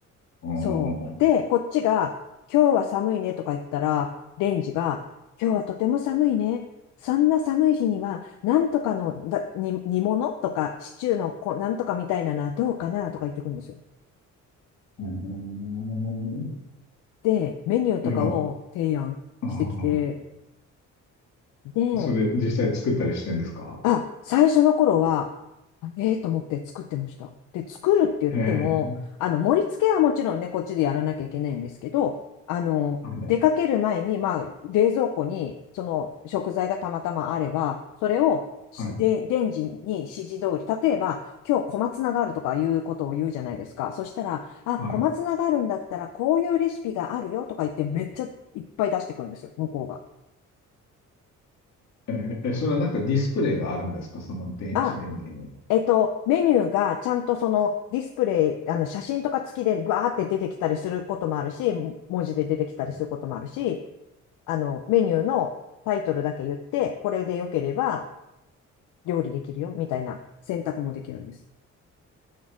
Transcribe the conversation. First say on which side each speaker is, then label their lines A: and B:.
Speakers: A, on the left; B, on the left.
A: うー
B: そう。
A: ん。う
B: で、こっちが、今日は寒いねとか言ったら、レンジが、今日はとても寒いね。そんな寒い日には、なんとかのだ煮、煮物とか、シチューのこうなんとかみたいなのはどうかなとか言ってくるんですよ。
A: ーん
B: で、メニューとかを提案してきて、
A: いや、あー
B: で、
A: それ実際作ったりしてんですか
B: あ、最初の頃は、あええと思って作ってました。で、作るって言っても、
A: へえ、
B: あの、盛り付けはもちろんね、こっちでやらなきゃいけないんですけど、あの、
A: はい、
B: 出かける前に、まあ、冷蔵庫にその食材がたまたまあれば、それをしで、
A: はい、
B: レンジに指示通り、例えば、今日小松菜があるとかいうことを言うじゃないですか。そしたら、あ、
A: はい。
B: 小松菜があるんだったら、こういうレシピがあるよとか言って、めっちゃいっぱい出してくるんですよ、向こうが。
A: えーえそれはなんかディスプレイがあるんですかその電子レンジに。
B: あ、えっと、メニューがちゃんとそのディスプレイ、あの写真とか付きでバーって出てきたりすることもあるし、文字で出てきたりすることもあるし、
A: そ
B: あの、メニューのタイトルだけ言って、これで良ければ料理できるよ、みたいな選択もできるんです。